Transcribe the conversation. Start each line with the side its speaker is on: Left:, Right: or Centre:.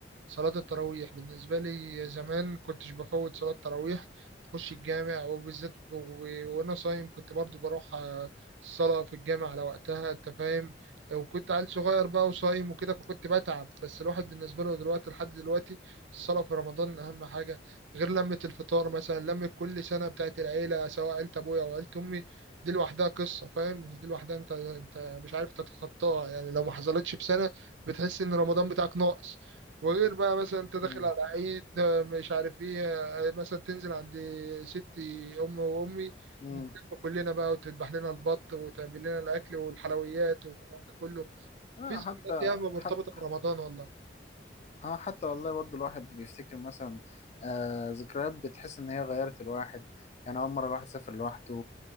Right: صلاة التراويح بالنسبة لي زمان كنتش بفوت صلاة تراويح تخش الجامع وبالذات ب- و- وأنا صايم كنت برضو بروح آه، الصلاة في الجامع على وقتها أنت فاهم وكنت عيل صغير بقى وصايم وكده فكنت بتعب بس الواحد بالنسبة له دلوقتي لحد دلوقتي الصلاة في رمضان أهم حاجة غير لمة الفطار مثلا لمة كل سنة بتاعت العيلة سواء عيلة أبويا أو عيلة أمي دي لوحدها قصة فاهم دي لوحدها أنت أنت مش عارف تتخطاها يعني لو ما حصلتش في سنة بتحس إن رمضان بتاعك ناقص وغير بقى مثلا انت داخل
Left: مم.
Right: على عيد آه، مش عارف ايه آه، مثلا تنزل عند ستي ام وامي
Left: امم
Right: نتلم كلنا بقى وتذبح لنا البط وتعمل لنا الاكل والحلويات وكله
Left: آه
Right: في ذكريات
Left: حتى
Right: ياما مرتبطه
Left: حتى
Right: برمضان والله
Left: اه حتى والله برضو الواحد بيفتكر مثلا آه ذكريات بتحس ان هي غيرت الواحد يعني اول مره الواحد سافر لوحده